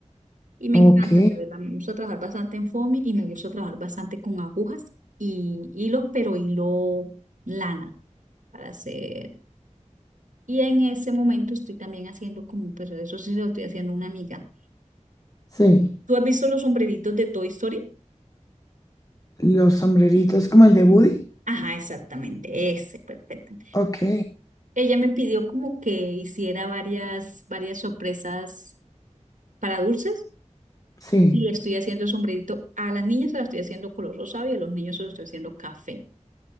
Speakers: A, on the right; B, on the left.
A: Y me
B: Ok,
A: encanta, la verdad, me gusta trabajar bastante en foamy y me gusta trabajar bastante con agujas y hilos, pero hilo lana para hacer. Y en ese momento estoy también haciendo como, pues eso sí se lo estoy haciendo a una amiga.
B: sí.
A: Mm. ¿Tú has visto los sombreritos de Toy Story?
B: Los sombreritos como el de Woody.
A: Ajá, exactamente, ese, perfecto.
B: Ok,
A: Ella me pidió como que hiciera varias, varias sorpresas para dulces
B: sí.
A: y le estoy haciendo el sombrerito. A las niñas se las estoy haciendo color rosado y a los niños se los estoy haciendo café.